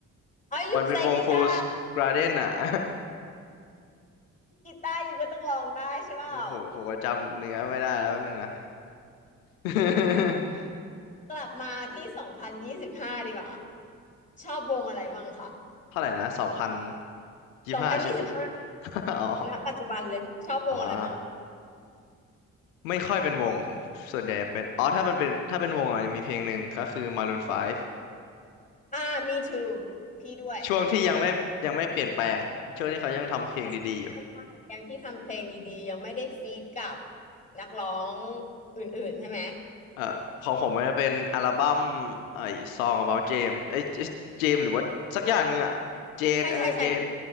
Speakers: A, on the left; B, on the left.
A: อ๋อ you
B: มันเป็นวง
A: play guitar
B: Fools Garden อ่ะ <laughs>
A: กีตาร์อยู่ก็ต้องร้องได้ใช่เปล่า
B: โอ้โหผมก็จำเนื้อไม่ได้แล้วแป๊บนึงนะ <laughs>
A: กลับมาที่สองพันยี่สิบห้าดีกว่า ชอบวงอะไรบ้างคะ
B: เท่าไหร่นะสองพันยี่ห้าใช่ไหม
A: สองพันยี่สิบห้า
B: <laughs> อ๋อ
A: ณปัจจุบันเลย ชอบวงอะไรบ้าง
B: อ่าไม่ค่อยเป็นวงผม ส่วนใหญ่เป็น อ๋อถ้ามันเป็นถ้าเป็นวงอ่ะจะมีเพลงหนึ่งก็คือ Maroon 5
A: อ่า me too พี่ด้วย
B: ช่วงที่ยังไม่ยังไม่เปลี่ยนแปลงช่วงที่เขายังทำเพลงดีๆอยู่
A: ใช่ใช่ใช่ยังที่ทำเพลงดีๆ ยังไม่ได้ฟีดกับนักร้องอื่นๆใช่ไหม
B: เอ่อของผมมันจะเป็นอัลบั้มไอ้ Song About James เอ้ยเจมหรือว่าสักอย่างหนึ่งอ่ะเจนเออเจน
A: ใช่ใช่ใช่